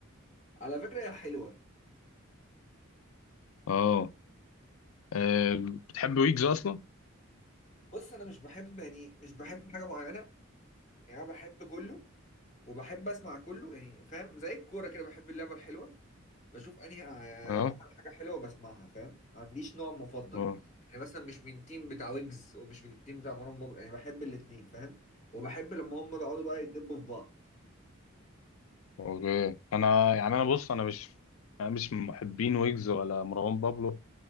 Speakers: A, on the left; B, on the left.
A: على فكره هي حلوه
B: اه آه، بتحب ويجز اصلا
A: بص انا مش بحب يعني مش بحب حاجه معينه يعني انا بحب كله وبحب اسمع كله يعني فاهم زي الكوره كده بحب اللعبه الحلوه بشوف انهي آه،
B: اه
A: عمل حاجه حلوه بسمعها فاهم ما عنديش نوع مفضل
B: اه
A: يعني مثلا مش من تيم بتاع ويجز ومش من التيم بتاع مروان بابلو يعني بحب الاتنين فاهم وبحب لما هم بيقعدوا بقى يدبوا في بعض
B: اوكي انا يعني انا بص انا مش انا مش من محبين ويجز ولا مروان بابلو